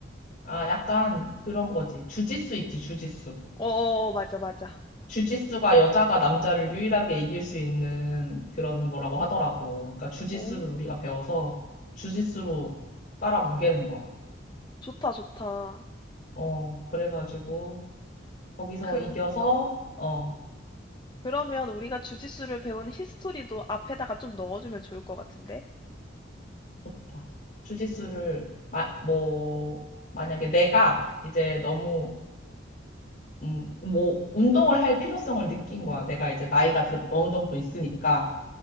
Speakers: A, on the left; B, on the left.
A: 아, 약간 그런 거지. 주짓수 있지, 주짓수.
B: 어, 어, 어, 맞아, 맞아.
A: 주짓수가 여자가 남자를 유일하게 이길 수 있는 그런 거라고 하더라고. 그러니까 주짓수를
B: 오,
A: 우리가 배워서 주짓수로 깔아뭉개는 거야.
B: 좋다, 좋다.
A: 어, 그래가지고 거기서
B: 그,
A: 이겨서 어,
B: 그러면 우리가 주짓수를 배운 히스토리도 앞에다가 좀 넣어주면 좋을 것 같은데?
A: 좋다. 주짓수를 마, 뭐 만약에 내가 이제 너무 음, 뭐 운동을 할 필요성을 느낀 거야. 내가 이제 나이가 드- 어느 정도 있으니까